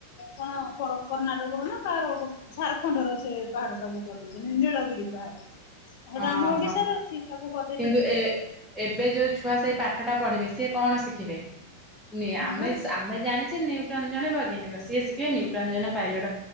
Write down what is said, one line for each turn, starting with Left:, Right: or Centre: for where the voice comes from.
Left: କଣ କର୍ଣ୍ଣାଟକର ନା କାହାର ଗୋ ଝାରଖଣ୍ଡ ର ସେ ପାହାଡଟାକୁ କରିଦେଇଛନ୍ତି, ନୀଳଗିରି ପାହାଡକୁ। ସେଇଟା
Centre: ଓହୋ
Left: ଆମ ଓଡିଶାରେ। ଠିକ୍ କଥା <unintelligible>
Centre: କିନ୍ତୁ ଏ ଏବେ ଯୋଉ ଛୁଆ ସେଇ ପାଠଟା ପଢିବେ, ସିଏ କଣ ଶିଖିବେ? <unintelligible>
Left: ହଁ
Centre: ଆମେ
Left: ବା
Centre: ଆମେ ଜାଣିଛେ ନ୍ୟୁଟନ ଜଣେ ବୈଜ୍ଞାନିକ, ସିଏ ଶିଖିବେ ନ୍ୟୁଟନ ଜଣେ ପାଇଲଟ।